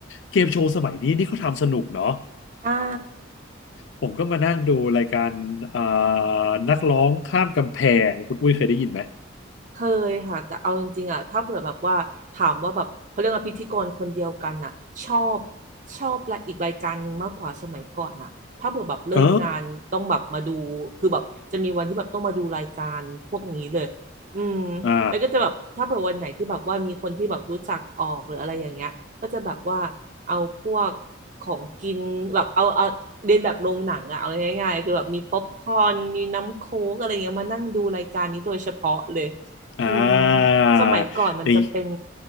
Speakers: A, on the left; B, on the right.
A: เกมโชว์สมัยนี้นี่เขาทำสนุกเนาะ
B: อ่า
A: ผมก็มานั่งดูรายการอ่านักร้องข้ามกำแพงคุณอุ้ยเคยได้ยินไหม
B: เคยค่ะแต่เอาจริงๆอ่ะถ้าเผื่อแบบว่าถามว่าแบบเขาเรียกว่าพิธีกรคนเดียวกันน่ะชอบชอบละอีกรายการหนึ่งมากกว่าสมัยก่อนน่ะถ้าเผื่อแบบเลิกงานต้องแบบมาดูคือแบบจะมีวันที่แบบต้องมาดูรายการพวกนี้เลยอืม
A: เอออ่า
B: แล้วก็จะแบบถ้าเผื่อวันไหนที่แบบว่ามีคนที่แบบรู้จักออกหรืออะไรอย่างเงี้ยก็จะแบบว่าเอาพวกของกินแบบเอาเอาเรียนแบบโรงหนังอะเอาง่ายๆคือแบบมีป๊อปคอร์นมีน้ำโค้กอะไรเงี้ยมานั่งดูรายการนี้โดยเฉพาะเลย
A: <laughs> อ่
B: อืม
A: า
B: สมัยก่อนมันจะเป็น
A: ไอ